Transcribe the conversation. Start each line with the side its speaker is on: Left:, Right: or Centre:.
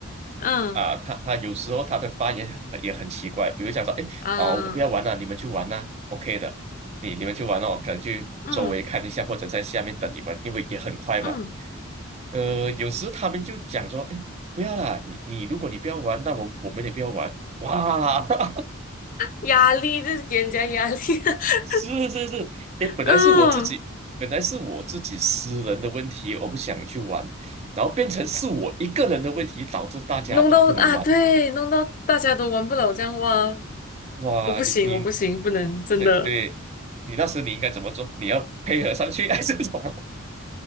Left: 嗯
Right: 啊，他他有时候他的发言也很奇怪，比如讲说，哎，
Left: 嗯
Right: 哦，我不要玩了，你们去玩呐，OK 的，你你们去玩了，我可能去周围看一下，
Left: 嗯
Right: 或者在下面等你们，因为也很快嘛。
Left: 嗯，
Right: 呃，有时他们就讲说，哎，不要啦，你你如果你不要玩，那我我们也不要玩。哇，<laughs>
Left: 压力就是给人家压力，<laughs>
Right: 是是是，哎，本来是我自己，
Left: 嗯，
Right: 本来是我自己私人的问题，我不想去玩，然后变成是我一个人的问题，导致大家都不能玩。
Left: 弄到啊，对，弄到大家都玩不了这样哇，
Right: 哇，
Left: 我不行，
Right: 你你
Left: 我不行，不能，真的，
Right: 对对，你那时你应该怎么做？你要配合上去 <laughs> 还是什么？